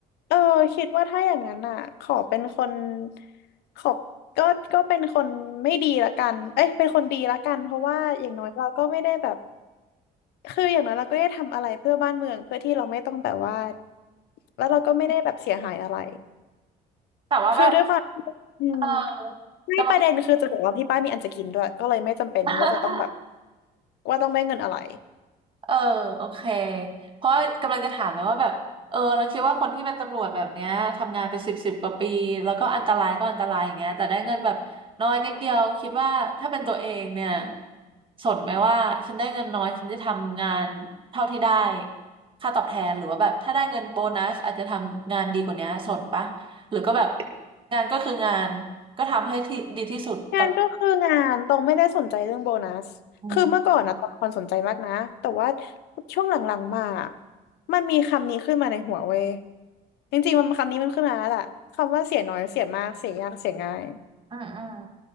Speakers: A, on the left; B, on the right.
A: เออคิดว่าถ้าอย่างนั้นอ่ะขอเป็นคนขอบก็ก็เป็นคนไม่ดีละกันเอ้ยเป็นคนดีละกันเพราะว่าอย่างน้อยเราก็ไม่ได้แบบคืออย่างน้อยเราก็ได้ทำอะไรเพื่อบ้านเมืองเพื่อที่เราไม่ต้องแบบว่าแล้วเราก็ไม่ได้แบบเสียหายอะไร
B: แต่ว่าแบบ
A: คือด้วยความที่อืม
B: เออ
A: ไม่ประเด็นคือจะบอกว่าที่บ้านมีอันจะกินด้วยก็เลยไม่จำเป็นว่าจะต้องแบบ
B: กำลัง <laughs>
A: ว่าต้องได้เงินอะไร
B: เออโอเคเพราะกำลังจะถามเลยว่าแบบเออเราคิดว่าคนที่เป็นตำรวจแบบเนี้ยทำงานเป็นสิบสิบกว่าปีแล้วก็อันตรายก็อันตรายอย่างเงี้ยแต่ได้เงินแบบน้อยนิดเดียวคิดว่าถ้าเป็นตัวเองเนี่ยสนไหมว่าฉันได้เงินน้อยฉันจะทำงานเท่าที่ได้ค่าตอบแทนหรือว่าแบบถ้าได้เงินโบนัสอาจจะทำงานดีกว่าเนี้ยสนปะหรือก็แบบงานก็คืองานก็ทำให้ที่ดีที่สุดตลอด
A: งานก็คืองานตรงไม่ได้สนใจเรื่องโบนัสคือเมื่อก่อนนะตอนคนสนใจมากนะแต่ว่า
B: อืม
A: ช่วงหลังๆมามันมีคำนี้ขึ้นมาในหัวเว้ยจริงๆมันคำนี้มันขึ้นมาแล้วแหละคำว่าเสียน้อยเสียมากเสียยากเสียง่าย
B: อืมอืม